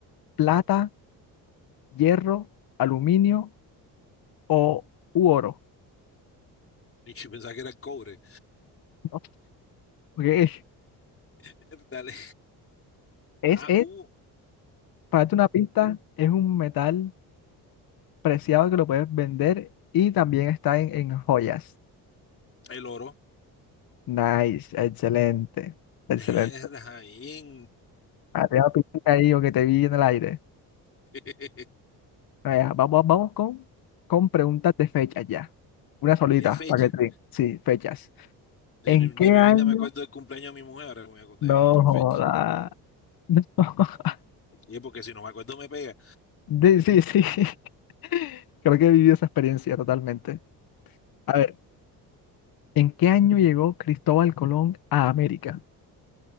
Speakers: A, on the left; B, on the left.
A: Plata, hierro, aluminio o u oro.
B: <laughs> Y yo pensaba que era el cobre.
A: No, Ok, es,
B: Eh, Dale.
A: es,
B: au au
A: para darte una pista, es un metal preciado que lo puedes vender y también está en, en joyas.
B: El oro.
A: Nice, excelente, excelente.
B: Erda, bien.
A: Arriba piscina ahí o que te vi en el aire.
B: <laughs>
A: Vaya, vamos, vamos con, con preguntas de fechas ya. Una solita,
B: De fecha.
A: para que te... Sí, fechas.
B: Ni,
A: ¿En
B: ni-
A: qué
B: ni
A: año?
B: me vaina me acuerdo del cumpleaños de mi mujer, ahora me voy a acordar
A: No
B: yo de otra
A: joda.
B: fecha.
A: <laughs> No.
B: Y es porque si no me acuerdo me pega.
A: Sí, sí, sí. <laughs> Creo que he vivido esa experiencia totalmente. A ver, ¿en qué año llegó Cristóbal Colón a América?